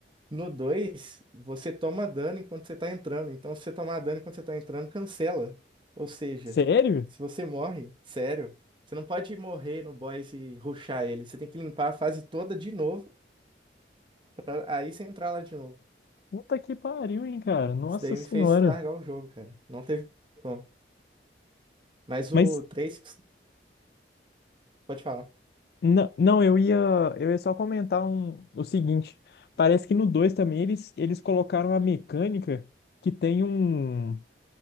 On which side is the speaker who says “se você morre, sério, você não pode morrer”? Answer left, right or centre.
Right